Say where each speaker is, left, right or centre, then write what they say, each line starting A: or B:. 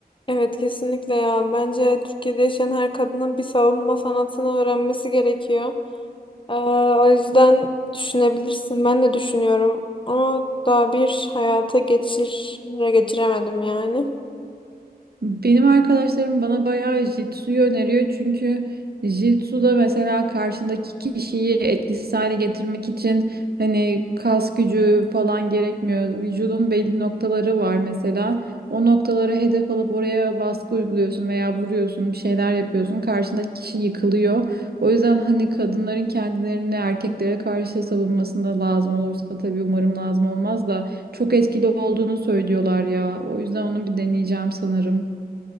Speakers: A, on the left; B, on the right.
A: Evet kesinlikle ya bence Türkiye'de yaşayan her kadının bir savunma sanatını öğrenmesi gerekiyor. Ee, o yüzden düşünebilirsin ben de düşünüyorum ama daha bir hayata geçir geçiremedim yani.
B: Benim arkadaşlarım bana bayağı Jitsu'yu öneriyor çünkü Jitsu'da mesela karşındaki kişiyi etkisiz hale getirmek için hani kas gücü falan gerekmiyor. Vücudun belli noktaları var mesela. O noktalara hedef alıp oraya baskı uyguluyorsun veya vuruyorsun, bir şeyler yapıyorsun. Karşındaki kişi yıkılıyor. O yüzden hani kadınların kendilerini erkeklere karşı savunmasında lazım olursa tabii umarım lazım olmaz da çok etkili olduğunu söylüyorlar ya. O yüzden onu bir deneyeceğim sanırım.